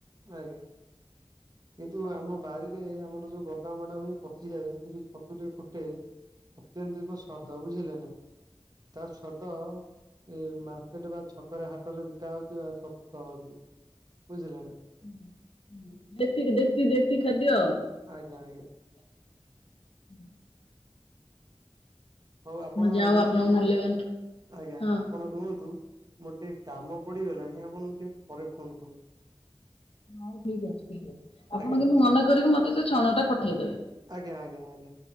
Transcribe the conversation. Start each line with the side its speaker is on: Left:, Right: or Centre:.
Right: ଆଜ୍ଞା। କିନ୍ତୁ ଆମ ବାରିରେ ଆମର ଯୋଉ ଗଦାମଡ଼ା ହୁଏ ପଚିଯାଏ ସେ ଯୋଉ ଛତୁଟେ ଫୁଟେ ଅତ୍ୟନଧିକ ସ୍ୱାଦ ବୁଝିଲେ ନା ତା ସ୍ୱାଦ ଏ ମାର୍କେଟ ବା ଛକରା ହାଟରେ ବିକା ହୋଉଥିବା ଛତୁ ତଳ କିନ୍ତୁ ବୁଝିଲେ ନା।
Left: ହୁଁ ହୁଁ ଦେଶୀ କି ଦେଶୀ ଦେଶୀ ଖାଦ୍ୟ ଆଉ।
Right: ଆଜ୍ଞା ଆଜ୍ଞା।
Left: ହୁଁ।
Right: ହୋଉ ଆପଣ
Left: ଯାଅ
Right: ରୁହନ୍ତୁ
Left: ଆପଣଙ୍କ ମୂଲ୍ୟବାନ
Right: ଆଜ୍ଞା
Left: ହଁ
Right: ଆଜ୍ଞା ଆପଣ ରୁହନ୍ତୁ। ମୋର ଟିକେ କାମ ପଡିଗଲାଣି ଆପଣଙ୍କୁ ଟିକେ ପରେ ଫୋନ୍ କରୁ
Left: ହୋଉ ଠିକ ଅଛି ଠିକ ଅଛି ଆପଣ
Right: ଆଜ୍ଞା
Left: କିନ୍ତୁ ମନେ କରିକି ମତେ ସେ ଛଣ ଟା ପଠେଇଦେବେ।
Right: ଆଜ୍ଞା ଆଜ୍ଞା ଆଜ୍ଞା।